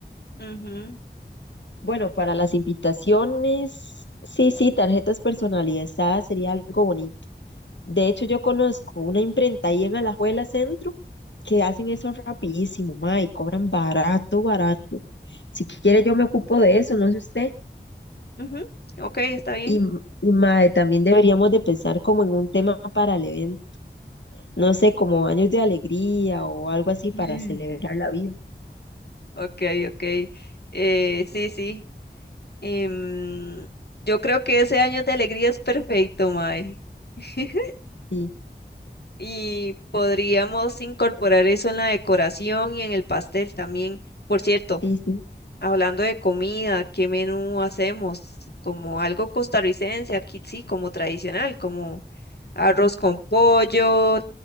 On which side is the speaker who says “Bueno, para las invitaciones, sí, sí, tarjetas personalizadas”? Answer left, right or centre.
Left